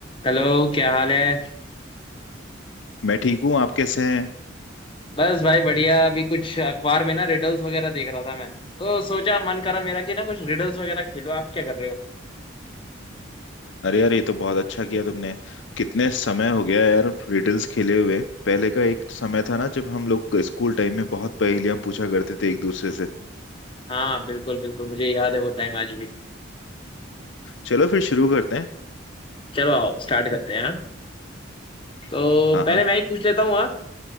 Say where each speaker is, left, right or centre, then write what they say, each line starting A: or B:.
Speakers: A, on the left; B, on the left.
A: Hello क्या हाल है
B: मैं ठीक हूँ आप कैसे हैं
A: बस भाई बढ़िया अभी कुछ अखबार में ना रिडल्स वगैरह देख रहा था मैं तो सोचा मन करा मेरा कि ना कुछ रिडल्स वगैरह खेलो आप क्या कर रहे हो
B: अरे यार ये तो बहुत अच्छा किया तुमने कितने समय हो गया यार रिडल्स खेले हुए पहले का एक समय था ना जब हम लोग स्कूल टाइम में बहुत पहेलियां पूछा करते थे एक दूसरे से
A: हाँ बिल्कुल बिल्कुल मुझे याद है वो टाइम आज भी
B: चलो फिर शुरू करते हैं
A: चलो आओ स्टार्ट करते हैं हाँ तो
B: हाँ
A: पहले
B: हाँ
A: मैं ही पूछ लेता हूँ हाँ